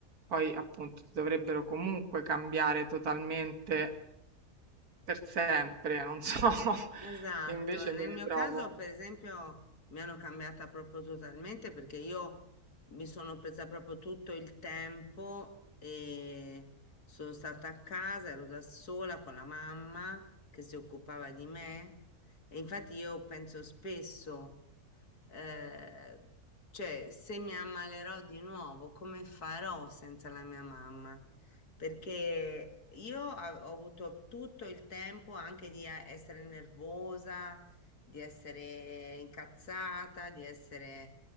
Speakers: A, on the right; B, on the left.
A: poi appunto ti dovrebbero comunque cambiare totalmente per sempre, non so, <laughs>
B: Esatto,
A: e invece
B: e nel
A: mi ritrovo.
B: mio caso per esempio mi hanno cambiata proprio totalmente perché io mi sono presa proprio tutto il tempo e sono stata a casa, ero da sola con la mamma che si occupava di me e infatti io penso spesso, eh, cioè se mi ammalerò di nuovo, come farò senza la mia mamma? perché io a- ho avuto tutto il tempo anche di eh, essere nervosa, di essere incazzata, di essere